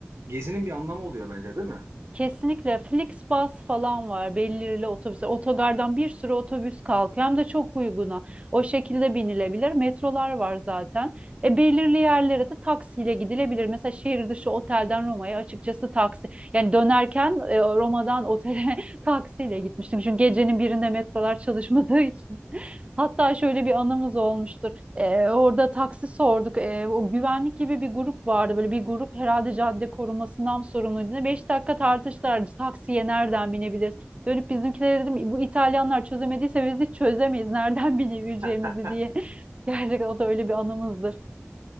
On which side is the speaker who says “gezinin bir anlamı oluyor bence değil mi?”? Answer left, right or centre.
Right